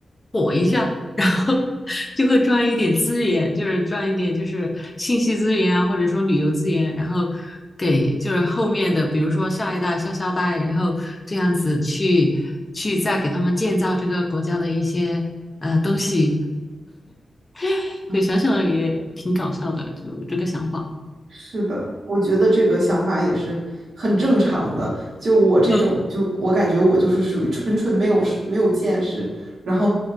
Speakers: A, on the left; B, on the right.
A: 火一下，然后 <laughs> 就会赚一点资源，就是赚一点就是信息资源啊，或者说旅游资源，然后给就是后面的，比如说下一代、下下代，然后这样子去去再给他们建造这个国家的一些呃东西，<laughs>
B: 嗯，
A: 就想想也挺搞笑的，就这个想法。
B: 是的，我觉得这个想法也是很正常的。就我这种，
A: 嗯
B: 就我感觉我就是属于纯纯没有没有见识，然后，